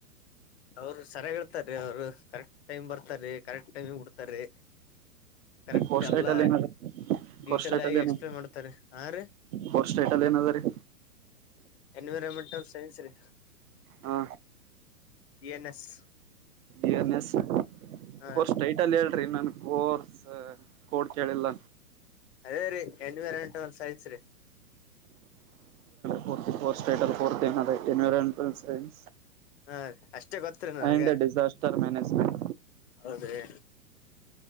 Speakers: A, on the left (about 45°); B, on the right (about 60°).
A: ಅವ್ರು ಸರಿಯಾಗಿ ಹೇಳ್ತಾರೀ ಅವ್ರು ಕರೆಕ್ಟ್ ಟೈಮ್ ಬರ್ತಾರೀ ಕರೆಕ್ಟ್ ಟೈಮಿ ಬಿಡ್ತಾರೀ ಕರೆಕ್ಟ್
B: ಕೋರ್ ಸ್ಟೇಟ್
A: ಎಲ್ಲ
B: ಅಲ್ಲಿ ಏನದ
A: ಡೀಟೇಲ್
B: ಕೋರ್ ಸ್ಟೇಟ್
A: ಆಗಿ
B: ಅಲ್ಲಿ
A: ಎಕ್ಸ್ಪ್ಲೇನ್
B: ಏನ
A: ಮಾಡ್ತಾರೆ ಹಾ ರೀ
B: ಕೋರ್ ಸ್ಟೇಟ್ ಅಲ್ಲಿ ಏನದ್ರೀ
A: ಎನ್ವಿರಾನ್ಮೆಂಟ್ ಸೈನ್ಸ್ ರೀ
B: ಹಾ
A: ಇ ಎನ್ ಎಸ್
B: ಇಎನ್ಎಸ್
A: ಹಾ
B: ಕೋರ್ಸ್
A: ರೀ
B: ಟೈಟಲ್ ಹೇಳ್ರಿ ನನ್ ಕೋರ್ಸ್ ಕೋಡ್ ಕೇಳಿಲ್ಲ
A: ಅದೇ ರೀ ಎೂರ ಎನ್ವಿರಾನ್ಮೆಂಟಲ್ ಸೈನ್ಸ್
B: ಫರ್ಫರ್ಸ್ಟಫರ್ತ ಎನ್ವೈರಮೆಂಟಲ್ ಸೈನ್ಸ್
A: ಹಾ ರ ಅಷ್ಟೇ ಗೊತ್ತರಿ ನನಗೆ
B: ಅಂಡ್ ಡಿಸಾಸ್ಟರ್ ಮ್ಯಾನೇಜ್ಮೆಂಟ್
A: ಹೌದರಿ